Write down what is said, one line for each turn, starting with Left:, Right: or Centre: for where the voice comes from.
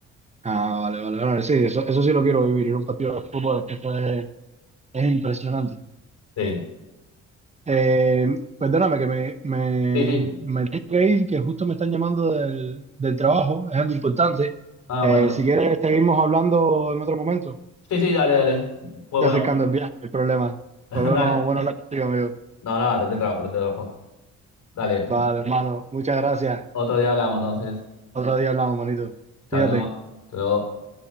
Right: Ah, vale, vale, vale. Sí, eso, eso sí lo quiero vivir, ir a un partido de fútbol, es que eso es, es impresionante.
Left: Sí,
Right: Eh, perdóname que me, me,
Left: sí, sí.
Right: me tengo que ir, que justo me están llamando del, del trabajo, es algo importante.
Left: Ah,
Right: Eh,
Left: bueno,
Right: si quieres, seguimos hablando en otro momento.
Left: sí, sí, dale, dale. Pues
Right: Ya
Left: bueno,
Right: acercando el viaje, el problema.
Left: <laughs>
Right: Pues bueno,
Left: dale.
Right: bueno hablar contigo, amigo.
Left: No, nada, no, traté el trabajo, traté el trabajo. Dale.
Right: Vale, hermano, muchas gracias.
Left: Otro día hablamos entonces.
Right: Otro día hablamos, manito.
Left: Chao,
Right: Cuídate.
Left: luego. Hasta luego.